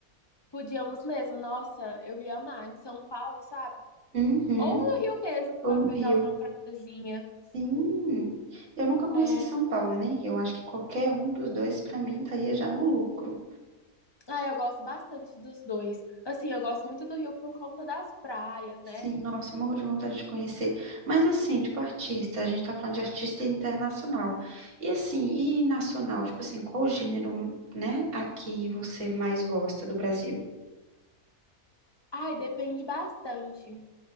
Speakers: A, on the left; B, on the right.
A: Podíamos mesmo, nossa, eu ia amar em São Paulo, sabe?
B: Uhum.
A: Ou no Rio mesmo, para
B: Ou no
A: pegar
B: Rio.
A: uma praiazinha.
B: Sim. Eu nunca conheci
A: É...
B: São Paulo, nem Rio. Acho que qualquer um dos dois, pra mim, estaria já no lucro.
A: Ah, eu gosto bastante dos dois. Assim, eu gosto muito do Rio por conta das praias,
B: Sim,
A: né?
B: nossa, morro de vontade de conhecer. Mas assim, tipo artista, a gente tá falando de artista internacional. E assim, e nacional, tipo assim, qual o gênero, né, aqui você mais gosta do Brasil?
A: Ai, depende bastante.